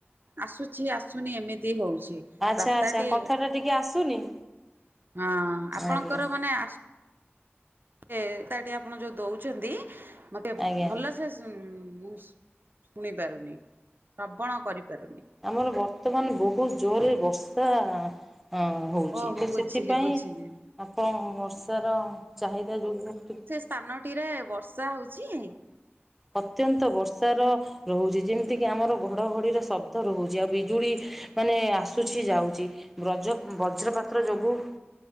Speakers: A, on the right (about 50°); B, in the centre.
A: ଆସୁଛି ଆସୁନି ଏମିତି ହଉଛି।
B: ଆଚ୍ଛା
A: ବାର୍ତ୍ତାଟି
B: ଆଚ୍ଛା କଥା ଟା ଟିକେ ଆସୁନି?
A: ହଁ ଆପଣଙ୍କର
B: ଆଜ୍ଞା
A: ମାନେ ଆ ଏ ତା ଟି ଆପଣ ଯୋଉ ଦଉଚନ୍ତି ମତେ ବ
B: ଆଜ୍ଞା
A: ଭଲ ସେ ଶୁନ୍ ମୁଁ ଶୁ ଶୁଣି ପାରୁନି ଶ୍ରବଣ କରିପାରୁନି।
B: ଆମର ବର୍ତ୍ତମାନ୍ ବହୁତ୍ ଜୋରରେ ବର୍ଷା ଅ ହଉଛି
A: ଓହୋ
B: ତ
A: ବୁଝିଲି
B: ସେଥିପାଇଁ
A: ବୁଝିଲି
B: ଆପଣ ବର୍ଷାର ଚାହିଦା ଯୋଗୁଁ ଟି
A: ସ୍ଥାନଟି ରେ ବର୍ଷା ହଉ ଛି।
B: ଅତ୍ୟନ୍ତ ବର୍ଷା ର ରହୁଚି ଯେମତିକିି ଆମର ଘଡଘଡିର ଶବ୍ଦ ରହୁଛି ଆଉ ବିଜୁଳି। ମାନେ ଆସୁଛି ଯାଉଛି ବ୍ରଜ ବଜ୍ରପାତ୍ର ଯୋଗୁ।